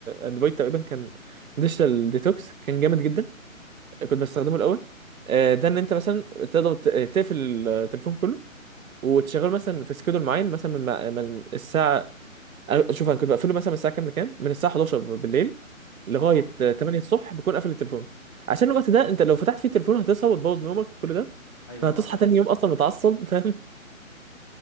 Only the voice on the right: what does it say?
اندرويد تقريبا كان ديجيتال ديتوكس كان جامد جدا كنت بستخدمه الاول آه، ده ان انت مثلا تقدر ت- آه، تقفل التليفون كله وتشغله مثلا في سكيدول معين مثلا من مع- من الساعه أنا- شوف انا كنت بقفله مثلا من الساعه كام لكام من الساعه 11 بالليل لغايه
8 الصبح بكون قافل التليفون عشان الوقت ده انت لو فتحت فيه التليفون هتصحى وتبوظ نومك وكل ده
فهتصحى
تاني يوم اصلا متعصب <laughs> فاهم